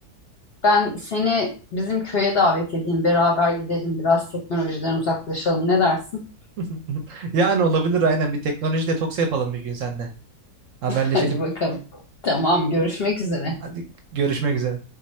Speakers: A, on the left; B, on the right.
A: Ben seni bizim köye davet edeyim. Beraber gidelim biraz teknolojiden uzaklaşalım. Ne dersin?
B: <laughs> Yani olabilir aynen bir teknoloji detoksu yapalım bir gün seninle. Haberleşelim.
A: <laughs> Hadi bakalım. Tamam, görüşmek üzere.
B: Hadi görüşmek üzere.